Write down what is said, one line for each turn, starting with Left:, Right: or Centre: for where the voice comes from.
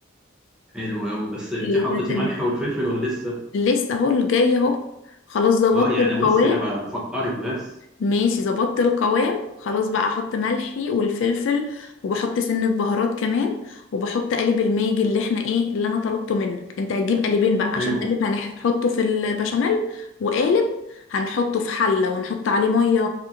Centre: حلو قوي بس
Left: اوكي
Centre: انت حطيتي
Left: ده تمام
Centre: ملح والفلفل ولا لسه
Left: لسه اهو الجاي اهو خلاص ظبطت
Centre: اه يعني
Left: القوام
Centre: بص انا ب- بفكرك بس
Left: ماشي ظبطت القوام خلاص بقى احط ملحي والفلفل وبحط سنة بهارات كمان وبحط قالب الماجي اللي احنا ايه اللي انا طلبته منك انت هتجيب قالبين بقى عشان
Centre: حلو
Left: قالب هنحطه في البشاميل وقالب هنحطه في حلة ونحط عليه مية